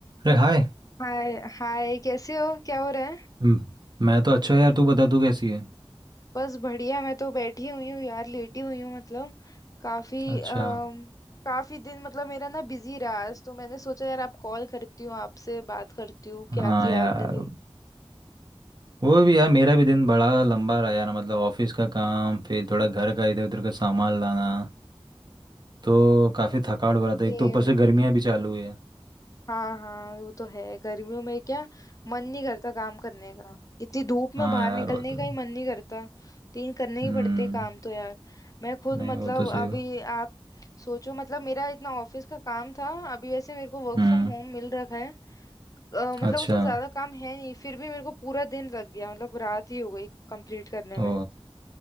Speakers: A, on the right (about 50°); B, on the left (about 35°).
A: अरे हाय
B: हाय हाय कैसे हो क्या हो रहा है
A: हम्म, मैं तो अच्छा हूँ यार तू बता तू कैसी है
B: बस बढ़िया मैं तो बैठी हुई हूँ यार लेटी हुई हूँ मतलब काफी
A: अच्छा
B: अम, काफी दिन मतलब मेरा ना बिजी रहा आज तो मैंने सोचा यार आप कॉल करती हूँ आपसे बात करती हूँ क्या
A: हाँ
B: किया
A: यार
B: आपने
A: वो भी यार मेरा भी दिन बड़ा लंबा रहा यार मतलब ऑफिस का काम फिर थोड़ा घर का इधर उधर का सामान लाना तो काफ़ी थकावट भरा था
B: दिन
A: एक तो ऊपर से गर्मियाँ भी चालू हुई है
B: हाँ हाँ वो तो है गर्मियों में क्या मन नहीं करता काम करने का इतनी धूप में
A: हाँ
B: बाहर
A: यार
B: निकलने
A: वो तो
B: का
A: है।
B: ही मन नहीं करता तीन करने ही
A: हम्म
B: पड़ते हैं काम तो यार मैं खुद
A: नहीं
B: मतलब
A: वो तो सही
B: अभी
A: है
B: आप सोचो मतलब मेरा इतना ऑफिस का काम था अभी वैसे मेरे को वर्क
A: हम्म
B: फ्रॉम होम मिल रखा है अ, मतलब
A: अच्छा
B: उसमें ज्यादा काम है नहीं फिर भी मेरे को पूरा दिन लग गया मतलब रात ही हो गई कंप्लीट करने में
A: ओ